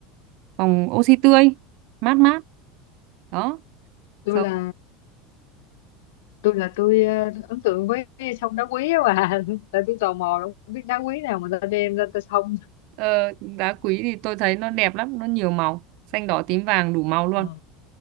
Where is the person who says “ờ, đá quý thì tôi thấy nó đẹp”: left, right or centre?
Right